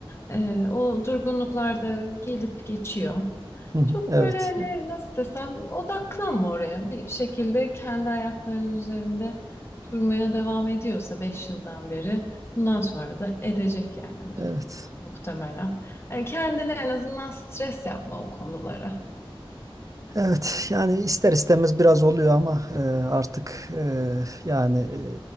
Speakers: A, on the left; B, on the right.
A: Ee, o durgunluklar da gelip geçiyor.
B: Hı hı.
A: Çok
B: Evet.
A: böyle hani nasıl desem odaklanma oraya. Bir şekilde kendi ayaklarının üzerinde durmaya devam ediyorsa 5 yıldan beri bundan sonra da edecek yani
B: Evet.
A: bir muhtemelen. Hani kendine en azından stres yapma o konulara.
B: Evet yani ister istemez biraz oluyor ama e, artık e, yani e,